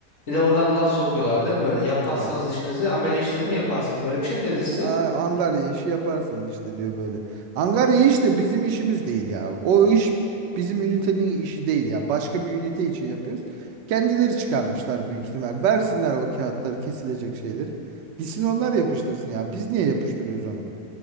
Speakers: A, on the left (about 50°); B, on the right (about 85°).
A: Bir de oradan laf sokuyorlar değil mi böyle? Yapmazsanız
B: Ha.
A: işinizi amele işleri mi yaparsınız? Böyle bir şey mi dedi
B: "Aa,
A: size?
B: Angarya işi yaparsınız işte diyor böyle. Angarya işte bizim işimiz değil ya. O iş bizim ünitenin işi değil ya. Başka bir ünite için yapıyoruz. Kendileri çıkarmışlar büyük ihtimal. Versinler o kağıtları kesilecek şeyleri. Gitsin onlar yapıştırsın ya. Biz niye yapıştırıyoruz onu?